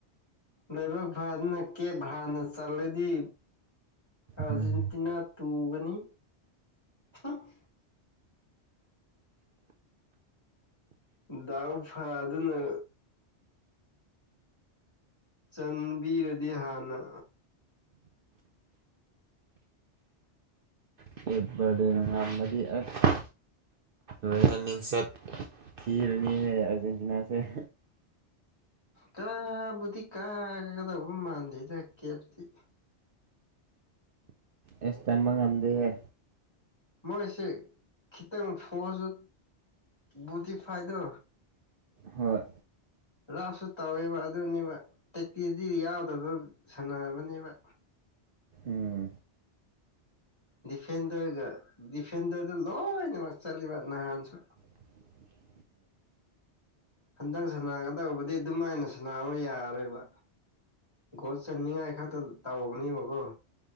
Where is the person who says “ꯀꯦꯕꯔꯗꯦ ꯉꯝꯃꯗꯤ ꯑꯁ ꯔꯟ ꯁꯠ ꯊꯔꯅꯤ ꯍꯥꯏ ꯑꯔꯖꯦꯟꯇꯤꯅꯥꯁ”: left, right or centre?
Right